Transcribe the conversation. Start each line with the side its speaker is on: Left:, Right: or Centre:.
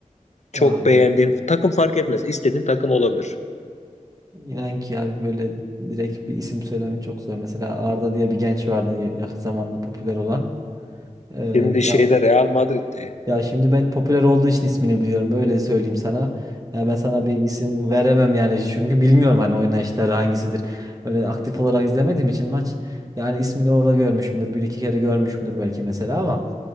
Left: Çok
Right: Ya
Left: beğendiğin takım fark etmez. İstediğin takım olabilir.
Right: İnan ki abi böyle direkt bir isim söylemem çok zor. Mesela Arda diye bir genç vardı ya- yakın zamanda popüler olan. Ee,
Left: Şimdi
Right: ya
Left: şeyde Real Madrid'de.
Right: ya şimdi ben popüler olduğu için ismini biliyorum. Öyle söyleyeyim sana. Ya ben sana bir isim veremem yani çünkü bilmiyorum hani oynayışları hangisidir. Öyle aktif olarak izlemediğim için maç. Yani ismini orada görmüşümdür. Bir iki kere görmüşümdür belki mesela ama